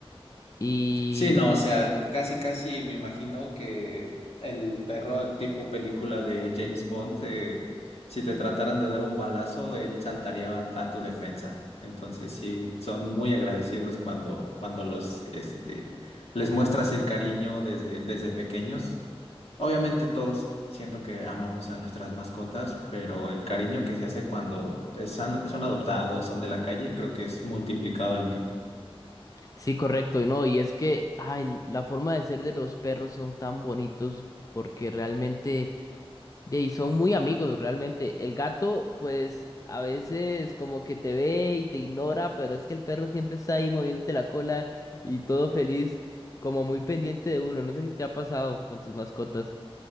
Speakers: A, on the left; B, on the left.
A: Y
B: Sí, no, o sea, casi, casi me imagino que el perro tipo película de James Bond, eh, si te trataran de dar un balazo, él saltaría a, a tu defensa. Entonces, sí, son muy agradecidos cuando, cuando los, este, les muestras el cariño desde, desde pequeños. Obviamente todos siento que amamos a nuestras mascotas, pero el cariño que se hace cuando es- son, son adoptados, son de la calle, creo que es multiplicado al mil.
A: sí, correcto, no, y es que, ay, la forma de ser de los perros son tan bonitos porque realmente... De ahí son muy amigos realmente. El gato, pues a veces como que te ve y te ignora, pero es que el perro siempre está ahí moviéndote la cola y todo feliz, como muy pendiente de uno. No sé si te ha pasado con tus mascotas.